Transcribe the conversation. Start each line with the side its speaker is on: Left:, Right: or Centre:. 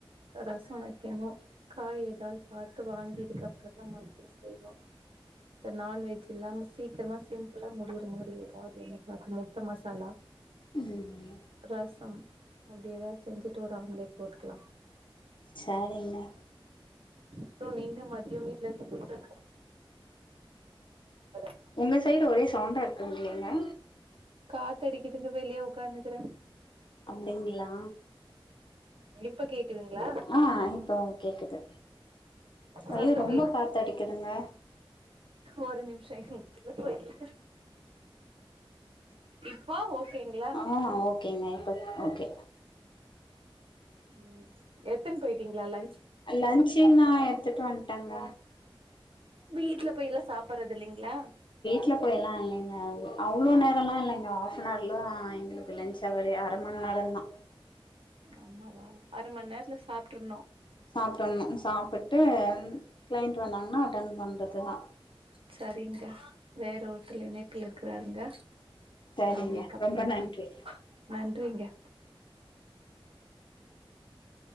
Right: ரசம் வைக்கணும் காய் ஏதாது பார்த்து வாங்கியதுக்கப்புற தான் மதியோ செய்னு இந்த நான்வெஜ் இல்லாம சீக்கிரமா சிம்பளா முடியிற மாரி ஏதாது எனக்கு பாத்து முட்ட மசாலா
Left: ம்
Right: ரசம் அப்டி ஏதா செஞ்சுட்டு ஒரு ஆம்லேட் போட்டுக்கலாம்
Left: சார் இல்ல
Right: அப்றோம் நீங்க மதியோம் வீட்ல இருந்து கொடுத்தது <unintelligible>
Left: உங்க சைடு ஒரே சவுண்டா இருக்குங்கலே இல்ல
Right: காத்தடிக்குதுன்னு வெளியே உக்கானுக்கிறேன்
Left: அப்டிங்களா
Right: இப்ப கேக்குதுங்களா
Left: ஆ இப்போ கேக்குது
Right: சத்தோ
Left: ஐயோ ரொம்ப
Right: கேக்கு
Left: காத்தடிக்குதுங்க
Right: ஒரு நிமிஷ இருங்க போ இருங்க இப்பா ஓகேங்ளா
Left: ஆ ஓகேங்க எப்போப் ஓகே
Right: ம் எத்துன் போயிட்டீங்களா ல
Left: லன்ச்சு நா எடுத்துட்டு வண்ட்டேங்க
Right: வீட்ல போயில்லா சாப்புறது இல்லைங்களா
Left: வட்ல போய்லா இல்லைங்க அவ்ளோ நேரல்லா இல்லைங்க ஹஃப்ன்னர்ல எங்களுக்கு லஞ்ச் அவரே அர மண் நேரந்தா
Right: ஆமாவா அர மண் நேரத்துல சாப்ட்ருந்தோ
Left: சாப்படணு சாப்ட்டு க்ளைண்ட் வந்தாங்கன்னா அட்டெண்ட் பண்ணுறது தா
Right: சரிங்க வேற ஒருத்துல இணைப்புல இருக்கிறாருங்க
Left: சரிங்க
Right: நா உங்களுக்கு அப்பற
Left: ரொம்ப நன்றி
Right: கால் நன்றிங்க